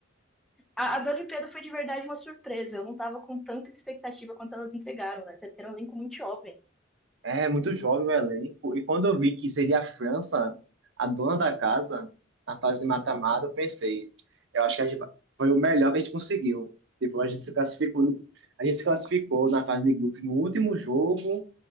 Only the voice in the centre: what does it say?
A, a da Olimpíada foi de verdade uma surpresa. Eu não estava com tanta expectativa quanto elas entregaram, né? Até porque era um elenco muito jovem.